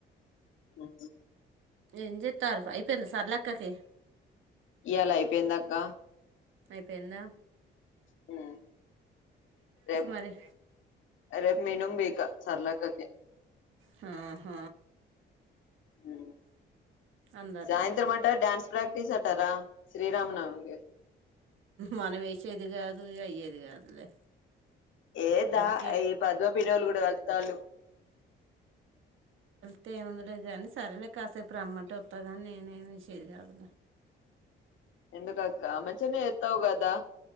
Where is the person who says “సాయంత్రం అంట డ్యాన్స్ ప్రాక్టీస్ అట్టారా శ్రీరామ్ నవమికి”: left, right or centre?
Left